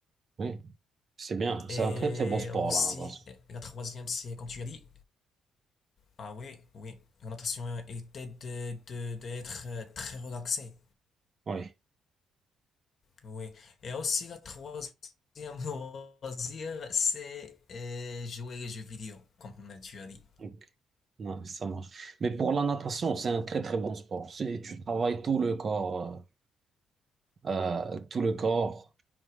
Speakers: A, on the right (about 40°); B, on the left (about 55°).
A: Oui, c'est bien. C'est
B: Et
A: un très très bon sport,
B: aussi,
A: la natation.
B: euh, la troisième, c'est quand tu as dit, ah oui, oui, la natation était de, de, d'être euh, très relaxé.
A: Oui,
B: Oui. Et aussi, la troisième <laughs> loisir, c'est euh, jouer les jeux vidéo, comme tu as dit.
A: Donc, non, ça marche. Mais pour la natation, c'est un très très bon sport. C'est- Tu travailles tout le corps, euh, euh, tout le corps,